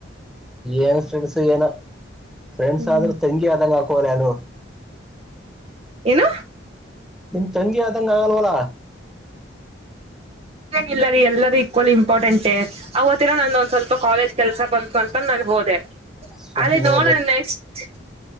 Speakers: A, in the centre; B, on the right.
A: ಏನ ಫ್ರೆಂಡ್ಸ್ ಏನೋ ಫ್ರೆಂಡ್ಸ್
B: ಹ್ಮ್
A: ಆದ್ರು ತಂಗಿ ಆದಾಗ ಹಕ ಲಾನು
B: ಏನು
A: ನಿಮ್ ತಂಗೆ ಆದಂಗ ಆಗಲ್ವಲ
B: ಇನ ಇಲ್ಲ ರೀ ಎಲ್ಲರೂ ಈಕ್ವಲ್ ಇಂಪಾರ್ಟೆಂಟ ಅವತ್ತ ಏನೋ ನಾನೊಂದ್ ಸ್ವಲ್ಪ ಕಾಲೇಜ್ ಕೆಲ್ಸ ಬಂತು ಅಂತ ನನ್ ಹೋದೆ
A: ಸುಮ್ನೆ
B: ಅದೇ ನೋಡೋಣ ನೆಕ್ಸ್ಟ್